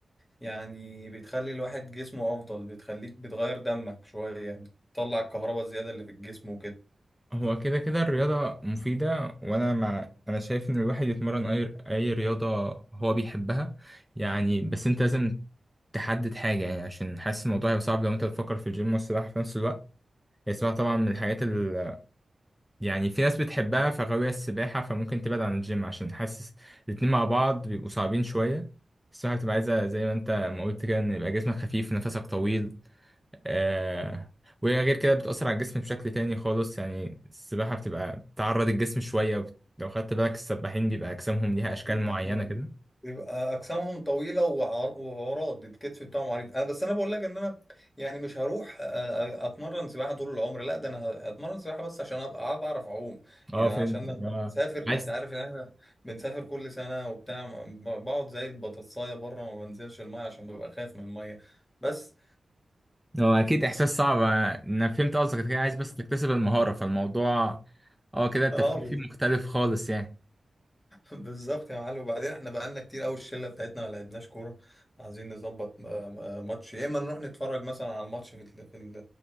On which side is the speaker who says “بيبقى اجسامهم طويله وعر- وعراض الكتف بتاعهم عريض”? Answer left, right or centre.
Left